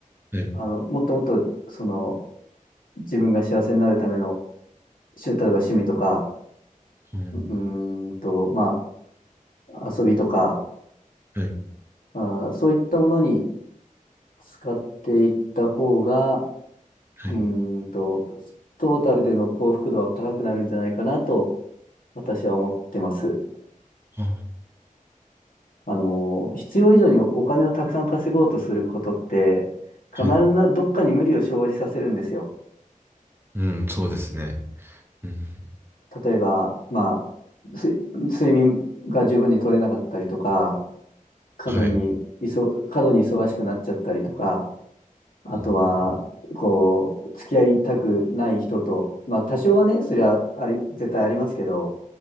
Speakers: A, on the right (about 15°); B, on the left (about 80°).
A: はい。
B: あの、もっともっと、その、自分が幸せになるための、しゅ例えば趣味とか、
A: うん。
B: うーんと、まあ、遊びとか、
A: はい。
B: あー、そういったものに使っていった方が、
A: はい。
B: うーんと、トータルでの幸福度は高くなるんじゃないかなと私は思ってます。
A: あ
B: あの、必要以上にお金をたくさん稼ごうとすることって、必ずな、
A: はい。
B: どっかに無理を生じさせるんですよ。
A: うん、そうですね。うん、
B: 例えば、まあ、す睡眠が十分に取れなかったりとか、過度に、
A: はい。
B: いそ、過度に忙しくなっちゃったりとか、あとは、
A: うん
B: こう、付き合いたくない人と、まあ、多少はね、それはあり、絶対ありますけど、